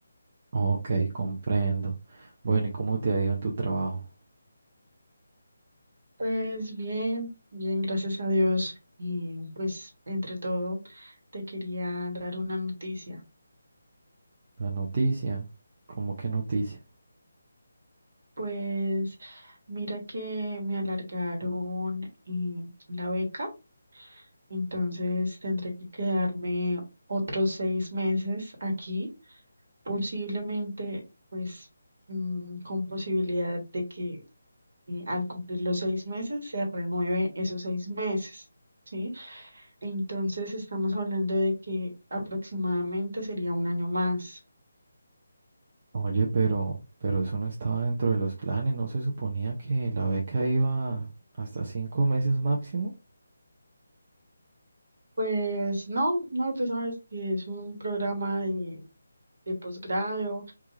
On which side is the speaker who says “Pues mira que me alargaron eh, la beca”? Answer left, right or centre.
Right